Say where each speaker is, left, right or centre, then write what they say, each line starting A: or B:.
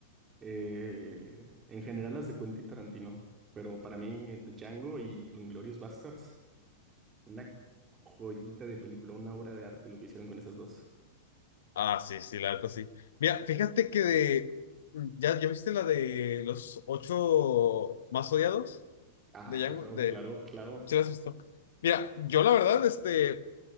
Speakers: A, on the right (about 20°); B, on the left (about 60°).
A: Eh, en general las de Quentin Tarantino, pero para mí The Django y Inglourious Basterds. Una joyita de película, una obra de arte lo que hicieron con esas dos.
B: Ah, sí, sí, la neta sí. Mira, fíjate que de... ¿Ya, ya viste la de los ocho más odiados?
A: Ah,
B: De Django,
A: claro,
B: de...
A: claro, claro.
B: ¿Sí la has visto? Mira, yo la verdad, este,